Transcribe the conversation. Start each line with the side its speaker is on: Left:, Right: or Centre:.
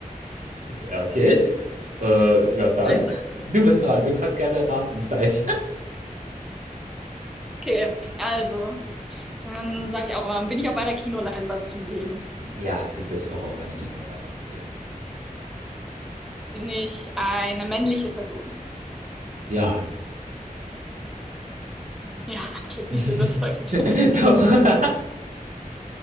Right: <laughs> Ja, okay. Äh, ja, dann.
Centre: scheiße.
Right: Du bist dran. Du kannst gerne raten. Nein.
Centre: Okay, also, dann sage ich auch mal, bin ich auf einer Kinoleinwand zu sehen?
Right: <laughs> Ja, du bist auch auf einer Kinoleinwand zu sehen.
Centre: Bin ich eine männliche Person?
Right: Ja.
Centre: Ja, <laughs> klingt
Right: <laughs>
Centre: nicht so überzeugend.
Right: Doch. <laughs>